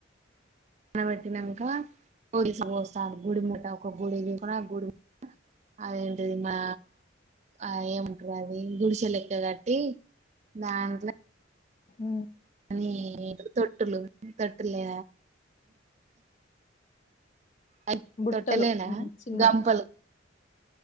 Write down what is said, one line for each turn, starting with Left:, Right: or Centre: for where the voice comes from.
Right: నబెట్టినాక <unintelligible> పోస్తా గుడి ముట్ట ఒక గుడి తీసుకుని ఆ గుడి ముట్ట అదేంటిది మా ఆ ఏమంటారు అది గుడిసె లెక్క కట్టి దాంట్లో
Left: హ
Right: అనీ తొట్టులు తొట్టులే అ
Left: బుట్టలు
Right: తొట్టలేనా
Left: హ్మ్. చిన్నయి.
Right: గంపలు